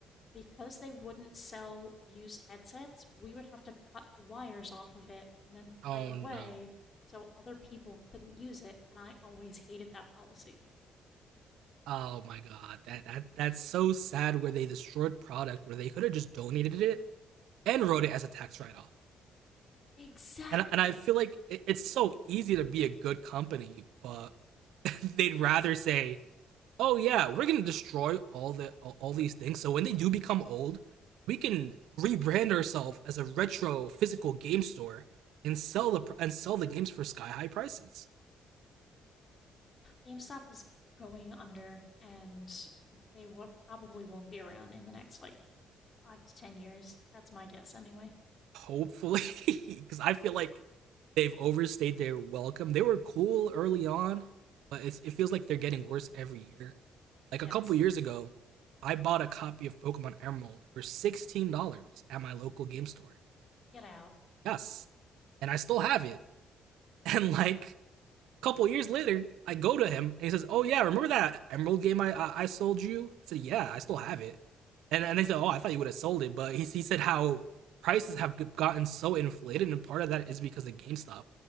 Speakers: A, on the left; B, on the right.
A: because they wouldn't sell used headsets, we would have to cut the wires off of it and then
B: Oh
A: throw it away
B: no.
A: so other people couldn't use it. And I always hated that policy.
B: Oh my god, that, that that's so sad where they destroyed product where they could have just donated it and wrote it as a tax write off.
A: Exactly.
B: And and I feel like it, it's so easy to be a good company, but <laughs> they'd rather say, oh yeah, we're gonna destroy all the all these things. So when they do become old, we can rebrand ourselves as a retro physical game store and sell the and sell the games for sky high prices.
A: GameStop is going under and they will, probably won't be around in the next like five to 10 years. That's my guess anyway.
B: Hopefully, because <laughs> I feel like they've overstayed their welcome. They were cool early on, but it's, it feels like they're getting worse every year. Like
A: Yes,
B: a couple years ago, I bought a copy of Pokemon Emerald for sixteen dollars at my local game store.
A: get out.
B: Yes, and I still have it. <laughs> And like couple years later, I go to him and he says, "Oh yeah, remember that Emerald game I I, I sold you?" I said, "Yeah, I still have it." And and they said, "Oh, I thought you would have sold it," but he he said how prices have gotten so inflated, and part of that is because of GameStop.